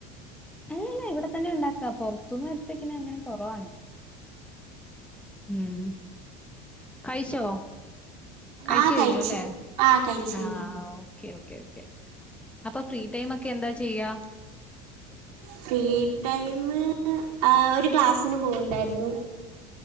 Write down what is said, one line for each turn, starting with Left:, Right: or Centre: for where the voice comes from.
Centre: അല്ലല്ല ഇവിടെ തന്നെ ഇണ്ടാക്കാ പൊറത്തുന്ന് വരുത്തിക്ക്ണെ അങ്ങനെ കൊറവാണ്. ഉം കഴിച്ചോ? കഴിച്ച്
Right: ആ
Centre: കഴിഞ്ഞു
Right: കഴിച്ചു
Centre: ല്ലേ?
Right: ആ കഴിച്ചു
Centre: ആഹ് ഓഹ് ഓക്കെ ഓക്കെ ഓക്കെ അപ്പൊ ഫ്രീ ടൈമൊക്കെ എന്താ ചെയ്യാ?
Right: ഫ്രീ ടൈമ് ആഹ് ഒരു ക്ലാസിന് പോവ്ണ്ടായിരുന്നു.